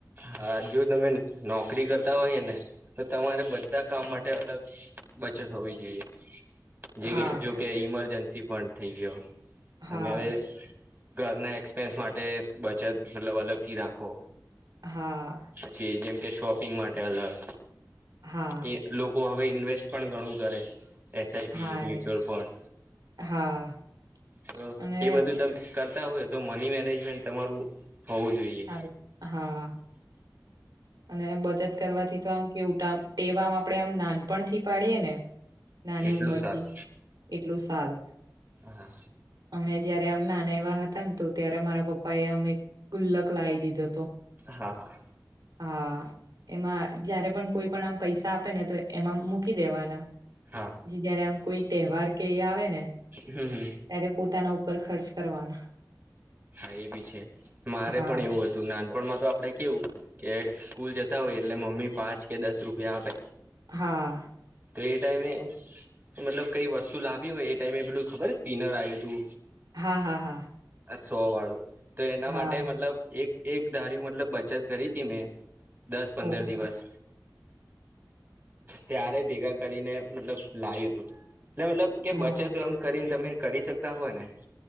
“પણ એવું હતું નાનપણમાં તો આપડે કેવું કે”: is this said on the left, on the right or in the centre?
Right